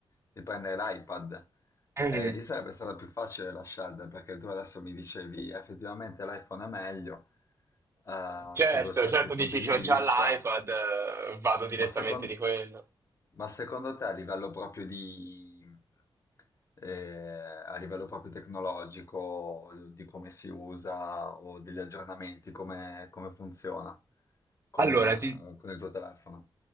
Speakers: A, on the left; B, on the right.
A: di prendere l'iPad.
B: Mhm.
A: Eh, lì sarebbe stata più facile la scelta perché tu adesso mi dicevi effettivamente l'iPhone è meglio eh,
B: Certo,
A: sotto certi
B: certo,
A: punti
B: dici
A: di
B: c'ho
A: vista.
B: già l'iPad, eh, vado direttamente
A: Ma secondo,
B: di quello.
A: ma secondo te a livello proprio di, eh, a livello proprio tecnologico, di come si usa o degli aggiornamenti, come, come funziona con,
B: Allora,
A: eh,
B: ti,
A: con il tuo telefono?